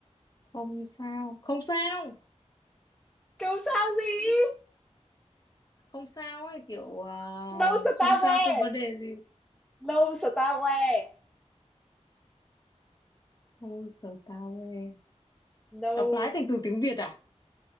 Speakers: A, on the left; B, in the centre.
A: không sao không sao
B: Câu sao gì?
A: không sao ấy kiểu à,
B: No starware.
A: không sao không vấn đề gì
B: No starware.
A: no starware
B: No.
A: đọc lái thành từ tiếng Việt à